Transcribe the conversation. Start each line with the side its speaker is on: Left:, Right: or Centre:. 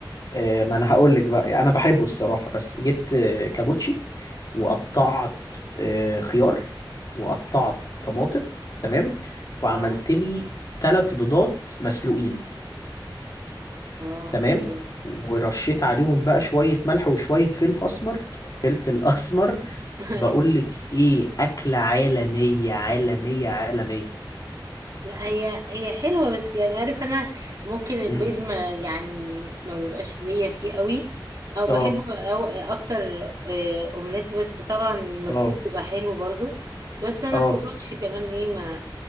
Left: إيه ما انا هقول لك بقى انا بحبه الصراحه بس جبت آه، كابوتشي وقطعت آه، خيار وقطعت طماطم تمام وعملت
Right: اه
Left: لي ثلاث بيضات مسلوقين
Right: اه
Left: تمام
Right: حلو
Left: ورشيت عليهم بقى شويه ملح وشويه فلفل اسمر فلفل اسمر
Right: <laughs>
Left: بقول لك ايه اكله عالميه عالميه عالميه
Right: لا هي هي حلوه بس يعني عارف انا ممكن البيض
Left: امم
Right: ما يعني ما بيبقاش ليا فيه قوي او
Left: اه
Right: بحبه او اكتر آه، اومليت بس طبعا المسلوق
Left: اه
Right: بيبقى حلو برضو بس انا
Left: اه
Right: الكوباتش كمان ايه ما